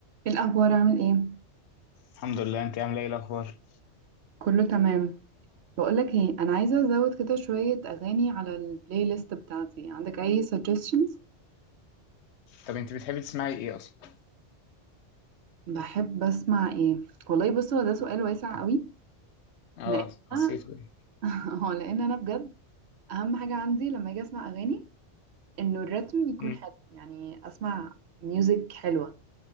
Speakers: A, on the right; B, on the left.
A: ايه الاخبار عامل ايه
B: الحمد لله انت عامله ايه الاخبار
A: كله تمام بقولك ايه انا عايزه ازود كده شويه اغاني على البلاي ليست بتاعتي عندك اي suggestions
B: طب انت بتحبي تسمعي ايه اصلا
A: بحب اسمع ايه والله بص هو ده سؤال واسع قوي
B: اه
A: لان
B: حسيته
A: انا
B: ايه
A: <laughs> هو لان انا بجد اهم حاجه عندي لما اجي اسمع اغاني انه الريتم يكون
B: امم
A: حلو يعني اسمع ميوزك حلوه